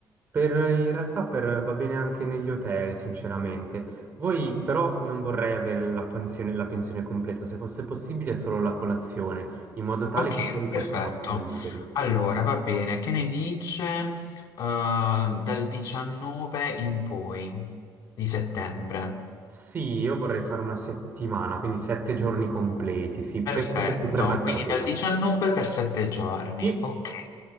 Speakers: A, on the right; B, on the left.
A: per, in realtà per- va bene anche negli hotel, sinceramente. Voi però non vorrei avere la pensione, la pensione completa, se fosse possibile solo la colazione, in modo tale
B: Ok,
A: che poi possiamo
B: perfetto.
A: essere liberi.
B: Allora, va bene, che ne dice eh, dal 19 in poi di settembre?
A: Sì, io vorrei fare una settimana, quindi sette giorni completi, sì,
B: Perfetto,
A: penso che potrebbe andare
B: quindi
A: bene.
B: dal 19 per 7 giorni,
A: Sì,
B: ok.